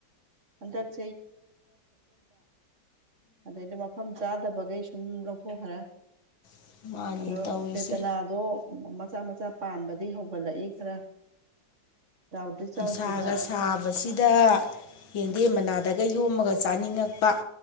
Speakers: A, on the right; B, on the left.
A: ꯍꯟꯗꯛ ꯑꯗꯩꯗꯤ ꯃꯐꯝ ꯆꯥꯗꯕꯈꯩ ꯁꯨꯝ ꯂꯧꯊꯣꯛꯈ꯭ꯔꯦ
B: ꯎꯝ <inaudible>
A: ꯑꯗꯣ
B: ꯇꯧꯔꯤꯁꯦ
A: ꯚꯦꯗꯅꯥꯗꯣ ꯃꯆꯥ ꯃꯆꯥ ꯄꯥꯟꯕꯗꯤ ꯍꯧꯒꯠꯂꯛꯏ ꯈꯔ ꯆꯥꯎꯗ꯭ꯔꯤ ꯆꯥꯎꯗ꯭ꯔꯤꯕ
B: ꯁꯥꯒ ꯁꯥꯕ ꯗ ꯌꯦꯟꯗꯦꯝ ꯃꯅꯥꯗꯒ ꯌꯣꯝꯃꯒ ꯆꯥꯅꯤꯡꯉꯛꯄ